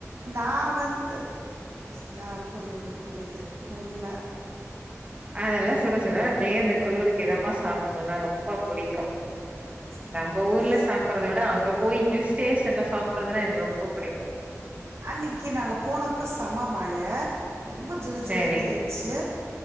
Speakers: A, on the right; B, on the right.
A: நா வந்து ஆ புரியுது புரியுது உண்ம
B: அதெல்லா சுட சுட அப்டியே அந்த குளுருக்கு இதமா சாப்புட்ணுன்னா ரொம்ப புடிக்கு
A: சேரி
B: நம்ம ஊர்ல
A: சே
B: சாப்புறத விட அங்க போய் ஹில் ஸ்டேஷன்ல சாப்புறதுன்னா எனக்கு ரொம்ப புடிக்கு
A: அன்னைக்கி நாங்க போனப்ப செம மழ ரொம்ப ஜிலு
B: சேரி
A: ஜிலுனு இருந்ச்சு